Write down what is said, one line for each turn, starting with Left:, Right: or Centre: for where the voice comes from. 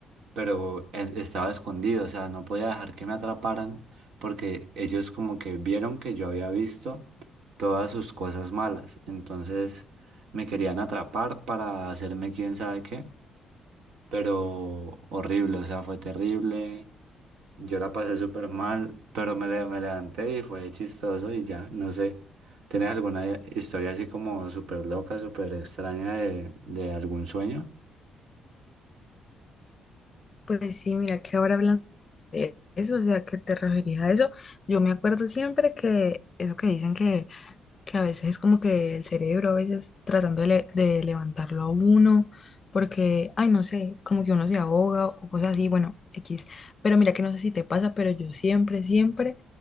Right: pero en- estaba escondido, o sea, no podía dejar que me atraparan porque ellos como que vieron que yo había visto todas sus cosas malas, entonces me querían atrapar para hacerme quién sabe qué, pero horrible, o sea, fue terrible, yo la pasé súper mal, pero me, le- me levanté y fue chistoso y ya, no sé. ¿Tienes alguna historia así como súper loca, súper extraña de, de algún sueño?
Left: pues sí, mira que ahora hablando de eso, o sea, que te referías a eso, yo me acuerdo siempre que eso que dicen que que a veces es como que el cerebro, a veces tratando de, le- de levantarlo a uno, porque, ay, no sé, como que uno se ahoga o cosas así, bueno, X. Pero mira que no sé si te pasa, pero yo siempre, siempre,